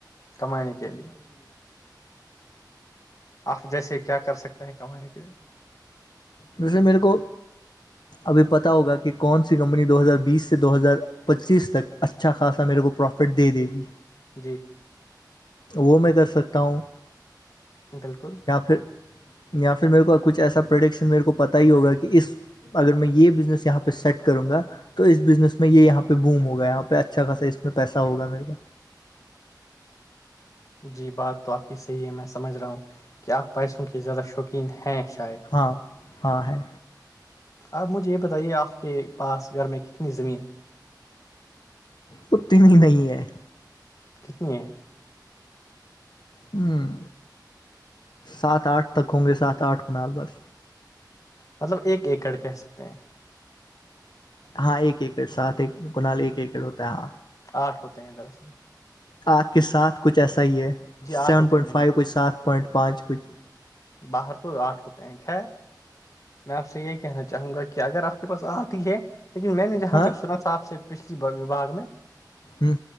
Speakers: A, on the left; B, on the left.
A: کمانے کے لیے آپ جیسے کیا کر سکتے ہیں کمانے کے لیے
B: جیسے میرے کو
A: <unintelligible>
B: ابھی پتا ہوگا کہ کون سی کمپنی دو ہزار بیس سے دو ہزار پچیس تک اچھا خاصا میرے کو پرافٹ پھر دے دے گی
A: جی
B: وہ میں کر سکتا ہوں
A: بالکل
B: یا پھر یا پھر میرے کو کچھ ایسا پروڈکشن میرے کو پتاہ ہی ہوگا کہ اس اگر میں یہ بزنس یہاں پہ سیٹ کروں گا تو اس بزنس میں یہاں پہ بوم ہوگا یہاں پہ اچھا خاصا میں پیسہ ہوگا میرے کو
A: جی بات تو آپ کی صحیح ہے میں سمجھ رہا ہوں کہ آپ پیسوں کے زیادہ شوقین کن ہ شاید
B: ہاں ہاں ہے
A: آپ مجھے یہ بتائیے آپ کے پاس گھر میں کتنی زمین ہے
B: پت نہیں نہیں ہے
A: کتنی ہے
B: ہوں سات آٹھ تک ہوں گے سات آٹھ کنال بس
A: مطلب ایک ایکڑ کہہ سکتے ہیں
B: ہاں ایک ایکڑ ساتھ ایک کنال ایکڑ ہوتا ہے ہاں
A: آٹھ ہوتے ہیں دراصل
B: آپھ کے ساتھ کچھ ایسا ہی ہے
A: جی
B: سیون
A: آٹھ ہوتے
B: پوائنٹ
A: ہیں میں
B: فائیو
A: نے
B: کچھ سات پوائنٹ پانچ کچھ
A: باہر تو آٹھ ہوتے ہیں خیر میں آپ سے یہی کہنا چاہوں گا کہ اگر آپ کے پاس آتی ہے لیکن میں نے جہاں
B: ہاں
A: تک سنا تھا آپ سے پچھلی وباگ میں
B: ہوں